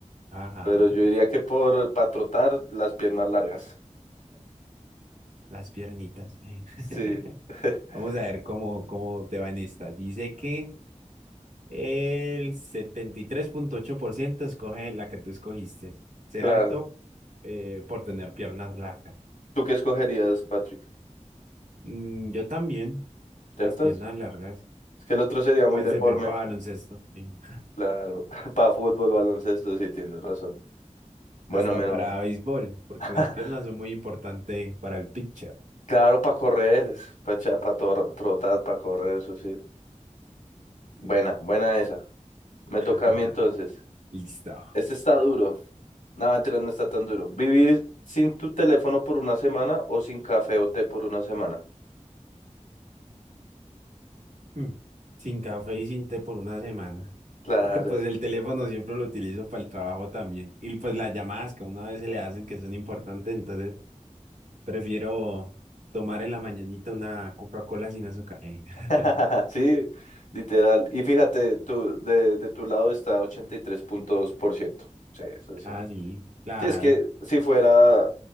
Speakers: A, on the right (about 80°); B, on the left (about 80°).
A: Ajá,
B: Pero yo diría que por para trotar las piernas largas.
A: las piernitas.
B: Sí,
A: <laughs>
B: <laughs>
A: Vamos a ver cómo, cómo te va en esta. Dice que... El setenta y tres punto ocho por ciento escoge la que tú escogiste. Ser
B: claro.
A: alto eh, por tener piernas largas.
B: ¿Tú qué escogerías, Patrick?
A: Mm, yo también.
B: ¿Cierto?
A: Las piernas
B: Es
A: largas
B: que el otro sería
A: pueden
B: muy deforme.
A: servir para baloncesto, y
B: Claro. <laughs> Para fútbol, baloncesto, sí tienes razón.
A: <laughs>
B: Bueno,
A: hasta
B: mi hermano.
A: para béisbol, porque
B: <laughs>
A: las piernas son muy importantes para el pitcher.
B: Claro, para correr, para trotar, para correr, eso sí. Buena, buena esa. Me
A: <laughs>
B: toca a mí entonces.
A: Listo.
B: Este está duro. No, mentira, no está tan duro. ¿Vivir sin tu teléfono por una semana o sin café o té por una semana?
A: Hmm. Sin café y sin té por una semana.
B: Claro.
A: Porque pues el teléfono siempre lo utilizo para el trabajo también. Y pues las llamadas que una vez se le hacen que son importantes, entonces Prefiero tomar en la mañanita una Coca-Cola sin azúcar. Eh, <laughs>
B: <laughs> Sí, literal. Y fíjate, tú, de, de tu lado está ochenta y tres punto dos por ciento Sí, eso sí.
A: Ah, sí, claro.
B: Sí, es que si fuera